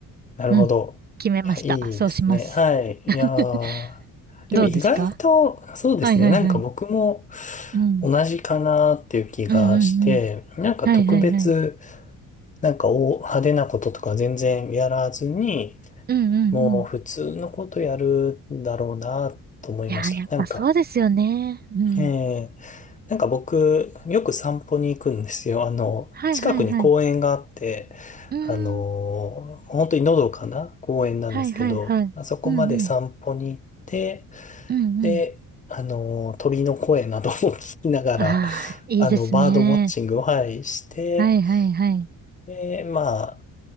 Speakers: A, on the left; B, on the right.
A: なるほど。
B: う。うん。決めました。
A: いや、いいですね。
B: そうします。
A: はい。
B: <laughs>
A: いやーでも意外と、
B: どうですか
A: そうですね。
B: はいはいはい。
A: なんか僕も
B: うん。
A: 同じかなっていう気がして、
B: うんうんうん。
A: なんか特別、
B: はいはいはい。
A: なんか大派手なこととか全然やらずに、
B: うんうんうん。
A: もう普通のことやるんだろうなと思いました。
B: いやー、やっぱそうですよね。
A: なんか、
B: うん。
A: えーなんか僕、よく散歩に行くんですよ。あの、
B: はいはいはい。
A: 近くに公園があって、
B: うーん。
A: あの、本当にのどかな公園なんですけど、
B: はいはいはい。
A: まあそこまで散歩に行って、
B: うんうん。うんうん。
A: で、あの、鳥の声などを <laughs> 聞きながら、
B: ああ、いいですね。
A: あの、バードウォッチングを、はい、して、
B: はいはいはい。
A: で、まあ、